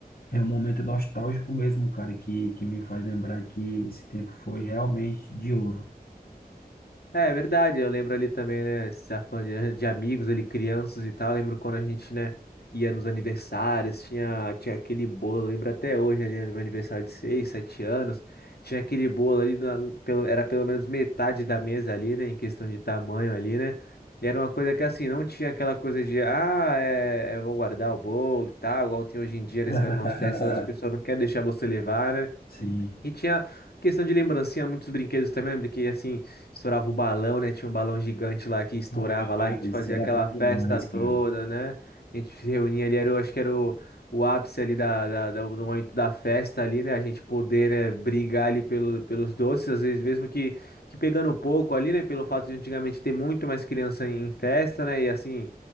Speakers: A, on the left; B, on the left.
A: é um momento nostálgico mesmo, cara, que, que me faz lembrar que esse tempo foi realmente de ouro.
B: É, é verdade, eu lembro ali também, né, você tá falando de, de amigos ali, crianças e tal, eu lembro quando a gente, né, ia nos aniversários, tinha, tinha aquele bolo, eu lembro até hoje, né, no meu aniversário de 6, 7 anos, tinha aquele bolo ali, na- pelo, era pelo menos metade da mesa ali, né, em questão de tamanho ali, né, e era uma coisa que assim, não tinha aquela coisa de, ah, é, eu vou guardar o bolo e tal, igual tem hoje em dia, né,
A: <laughs>
B: você vai numa festa, as pessoas não querem deixar você levar, né,
A: Sim.
B: e tinha questão de lembrancinha, muitos brinquedos também, lembra que assim, estourava o balão, né? Tinha um balão gigante lá que estourava
A: Ah,
B: lá, a gente
A: isso
B: fazia
A: era
B: aquela
A: bom
B: festa
A: demais,
B: toda,
A: cara.
B: né? A gente se reunia ali, era, o- acho que era o, o ápice ali da, da- da- do momento da festa ali, né? A gente poder, né, brigar ali pelo, pelos doces, às vezes mesmo que, que pegando pouco ali, né? Pelo fato de antigamente ter muito mais criança em, em festa, né? E assim,